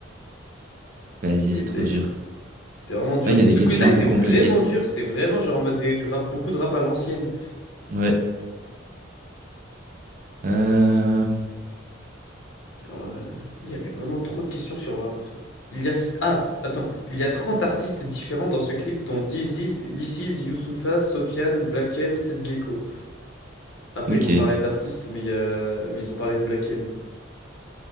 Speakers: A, on the right; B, on the left.
A: Vas-y,
B: Et
A: c'est
B: B.
A: trop dur.
B: C'était vraiment dur.
A: Ah, il y a des
B: Ce
A: questions
B: quiz-là
A: un
B: était
A: peu
B: vraiment
A: compliquées.
B: dur. C'était vraiment genre en mode des- du rap, beaucoup de rap à l'ancienne.
A: Ouais. Euh...
B: Alors, euh, il y avait vraiment trop de questions sur le rappeur. Il y a... Ah, attends. Il y a 30 artistes différents dans ce clip, dont Dizzy, This Is, Youssoupha, Sofiane, Black M, Seth Gecko. Après,
A: Ok.
B: ils ont parlé d'artistes, mais, il y a... mais ils ont parlé de Black M.